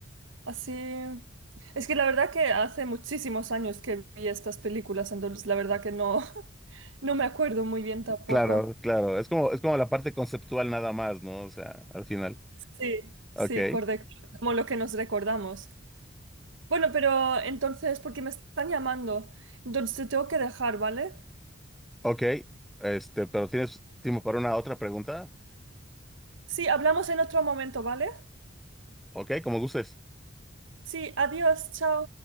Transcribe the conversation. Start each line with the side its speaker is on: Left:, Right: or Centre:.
Right: Así. Es que la verdad que hace muchísimos años que vi estas películas, entonces la verdad que no, <laughs> no me acuerdo muy bien tampoco.
Centre: Claro, claro. Es como, es como la parte conceptual nada más, ¿no? O sea, al final.
Right: Sí,
Centre: Ok,
Right: sí, correcto. Como lo que nos recordamos. Bueno, pero entonces, porque me están llamando, entonces te tengo que dejar, ¿vale?
Centre: ok. Este, pero ¿tienes tiempo para una otra pregunta?
Right: Sí, hablamos en otro momento, ¿vale?
Centre: Ok, como gustes.
Right: Sí, adiós, chao.